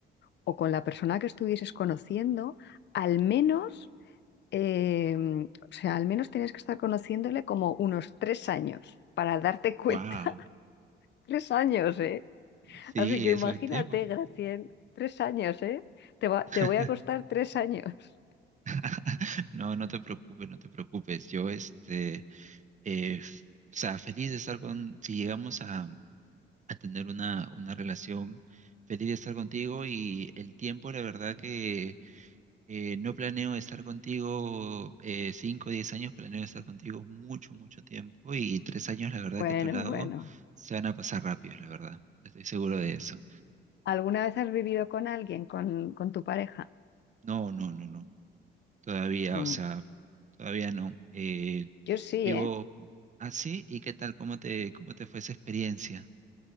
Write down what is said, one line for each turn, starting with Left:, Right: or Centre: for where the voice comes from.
Left: o con la persona que estuvieses conociendo, al menos, eh, o sea, al menos tienes que estar conociéndole como unos tres años para darte cuenta.
Right: Wow,
Left: <laughs> Tres años, ¿eh?
Right: sí,
Left: Así que
Right: eso
Left: imagínate,
Right: es tiempo.
Left: Graciel, tres años, ¿eh? Te va-
Right: <laughs>
Left: te voy a costar tres años.
Right: <laughs> No, no te preocupes, no te preocupes. Yo, este, eh, f- o sea, feliz de estar con, si llegamos a, a tener una, una relación. Feliz de estar contigo y el tiempo, la verdad que eh, no planeo estar contigo eh, 5 o 10 años, planeo estar contigo mucho, mucho tiempo y tres años, la verdad
Left: Bueno,
Right: que a tu lado
Left: bueno.
Right: se van a pasar rápidos, la verdad. Estoy seguro de eso.
Left: ¿Alguna vez has vivido con alguien, con, con tu pareja?
Right: No, no, no, no. Todavía,
Left: Mm,
Right: o sea, todavía no. Eh,
Left: Yo sí,
Right: vivo
Left: ¿eh?
Right: así y ¿qué tal? ¿Cómo te, cómo te fue esa experiencia?